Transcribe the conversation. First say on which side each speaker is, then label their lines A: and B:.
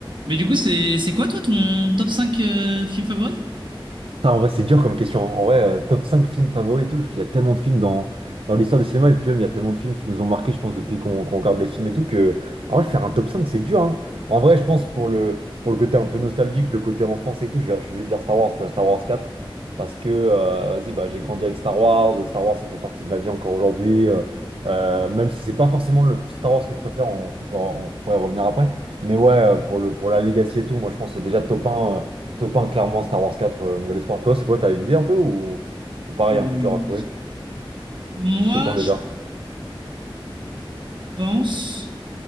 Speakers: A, on the right (about 55°); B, on the right (about 75°).
A: Mais du coup, c'est c'est quoi toi ton top 5 euh, film favori?
B: Putain, En vrai, c'est dur comme question. En vrai, euh, top 5 films favoris et tout, il y a tellement de films dans, dans l'histoire du cinéma, et puis même, il y a tellement de films qui nous ont marqués, je pense, depuis qu'on qu'on regarde les films et tout, que, en vrai, faire un top 5, c'est dur, hein. En vrai, je pense, pour le, pour le côté un peu nostalgique, le côté enfance et tout, je, vais- je suis obligé de dire Star Wars, tu vois, Star Wars quatre parce que, euh, vas-y, bah, j'ai grandi avec Star Wars, Star Wars, ça fait partie de ma vie encore aujourd'hui, euh, euh, même si c'est pas forcément le Star Wars que je préfère, on, on peut, en- on pourrait y revenir après, mais ouais, euh, pour le, pour la legacy et tout, moi, je pense euh, déjà top un. euh, Top 1, clairement, Star Wars quatre euh, Nouvel Espoir. Toi, c'est quoi? T'as une idée un peu ou... ou pareil,
A: Oui.
B: un peu dur à trouver?
A: Moi,
B: Du top 1 déjà.
A: je pense.